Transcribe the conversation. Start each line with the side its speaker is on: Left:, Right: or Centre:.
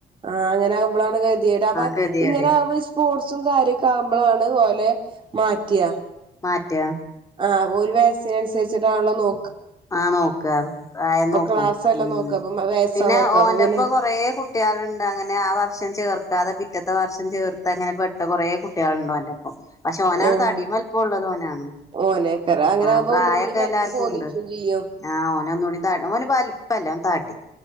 Right: ആഹ് അങ്ങനെ പ്പളാണ് കതിയെട അപ്പ
Left: കെതിയേട്
Right: ഇങ്ങനെ ആകുമ്പോ സ്പോർട്സും കാര്യൊക്കെ ആവുമ്പോളാണ് ഓലെ മാറ്റിയ
Left: മാറ്റുക.
Right: ആഹ് ഒരു വയസിനനുസരിച്ചിട്ടാണല്ലോ നോ
Left: ആഹ് നോക്ക പ്രായം നോക്കും
Right: ക്ലാസ്സല്ല
Left: ഉം.
Right: നോക്കാ അപ്പൊ വയസ്സാ
Left: പിന്നെ
Right: നോക്കാ
Left: ഓന്റൊപ്പം
Right: അപ്പൊ പിന്നെ
Left: കൊറേ കുട്ടികളുണ്ട് അങ്ങനെ ആ വർഷം ചേർക്കാതെ പി റ്റത്തെ വർഷം ചേർത്ത അങ്ങനെ പെട്ട കുറെ കുട്ടികളുണ്ടോന്റൊപ്പം. പക്ഷെ ഓനാണ്
Right: ഏഹ്
Left: തടിയും വൽപ്പോം ഉള്ളത് ഓനാണ്
Right: ഓനേക്കാരം അങ്ങനെ
Left: ആഹ്
Right: ആകുമ്പോ
Left: പ്രായൊക്കെ
Right: ഒന്നും കൂടി വലിപ്പം
Left: എല്ലാർക്കും
Right: തോന്നിച്ചും
Left: ഉണ്ട്.
Right: ചെയ്യും
Left: ആഹ് ഓനന്നോടി ത ഓന് വലിപ്പല്ല ഓൻ തടി